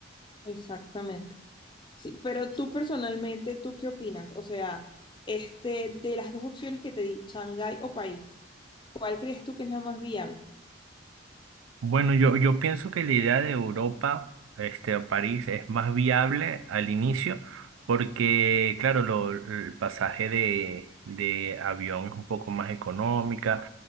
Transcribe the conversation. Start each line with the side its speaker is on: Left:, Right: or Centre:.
Left: Exactamente. Sí, pero tú personalmente, ¿tú qué opinas? O sea, este, de las dos opciones que te di, Shanghái o país, ¿cuál crees tú que es la más viable?
Right: Bueno, yo, yo pienso que la idea de Europa, este, o París, es más viable al inicio, porque, claro, lo- el pasaje de, de avión es un poco más económica,